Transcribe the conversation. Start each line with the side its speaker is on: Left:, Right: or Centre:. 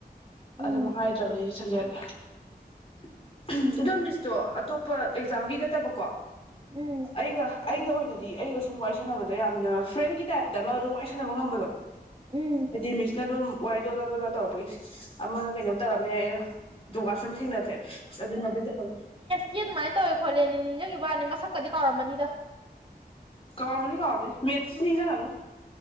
Right: ꯎꯝ
Left: ꯑꯗꯨꯝ ꯍꯥꯏ ꯆꯠꯇ꯭ꯔꯕꯅꯦ ꯑꯩꯁꯨ ꯁꯟꯖꯦꯠ ꯑꯗꯣ ꯃꯤꯁꯇꯣ ꯑꯇꯣꯞ ꯑꯦꯛꯖꯥꯝꯒꯤ ꯅꯠꯇꯕꯀꯣ
Right: ꯎꯝ
Left: ꯑꯩꯒ ꯑꯩꯒ ꯑꯣꯏꯅꯗꯤ ꯑꯩꯒ ꯁꯨꯝ ꯋꯥꯔꯤ ꯁꯥꯟꯅꯕꯗ ꯌꯥꯝꯅ ꯐ꯭ꯔꯦꯟꯒꯤ ꯇꯥꯏꯞꯇ ꯑꯃ ꯑꯗꯨꯝ ꯋꯥꯔꯤ ꯁꯥꯟꯅꯕ ꯉꯝꯕꯗꯣ
Right: ꯎꯝ
Left: ꯍꯥꯏꯗꯤ ꯃꯤꯁꯅ ꯑꯗꯨꯝ ꯋꯥꯏꯗꯣꯗꯥꯥꯗꯣꯗꯥ ꯇꯧꯔꯛꯄꯒꯤ ꯑꯃꯒ ꯀꯩꯅꯣꯝ ꯇꯧꯔꯝꯃꯦ ꯌꯥꯏ ꯗꯨꯒꯥꯁꯨꯝ ꯊꯦꯡꯅꯕꯁꯦ ꯑꯗꯨꯅ ꯑꯗꯨ ꯇꯧꯍꯧꯌꯦ
Right: ꯀ ꯑꯗꯨꯃꯥꯏꯅ ꯇꯧꯋꯦ ꯈꯣꯠꯂꯦꯅ ꯅꯤꯡꯖꯪꯒꯤꯕ ꯋꯥꯅꯦ ꯃꯁꯛꯀꯗꯤ ꯀꯥꯎꯔꯝꯃꯅꯤꯗ
Left: ꯀꯥꯎꯔꯝꯅꯤ ꯀꯥꯎꯔꯝꯅꯤ ꯃꯦꯠꯁ ꯅꯤꯡꯖꯪꯒꯝꯅꯤ